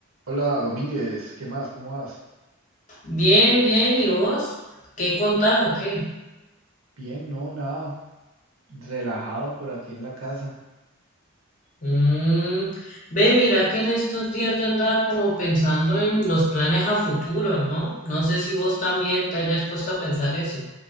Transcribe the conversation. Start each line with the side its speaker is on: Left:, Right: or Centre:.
Right: Hola Domínguez, ¿qué más? ¿Cómo vas?
Left: Bien, bien, ¿y vos? ¿Qué contás o qué?
Right: Bien, no, nada, relajado por aquí en la casa.
Left: Mm, ve, mira que en estos días yo andaba como pensando en los planes a futuro, ¿no? No sé si vos también te hayas puesto a pensar eso.